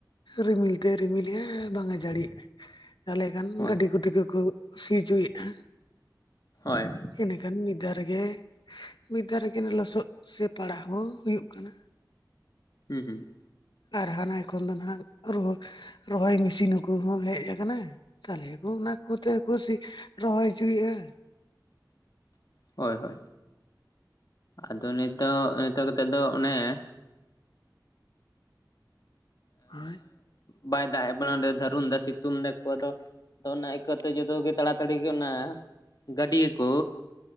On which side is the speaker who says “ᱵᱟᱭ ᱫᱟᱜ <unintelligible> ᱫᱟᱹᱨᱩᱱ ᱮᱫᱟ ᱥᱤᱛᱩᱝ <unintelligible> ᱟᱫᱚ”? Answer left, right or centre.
Left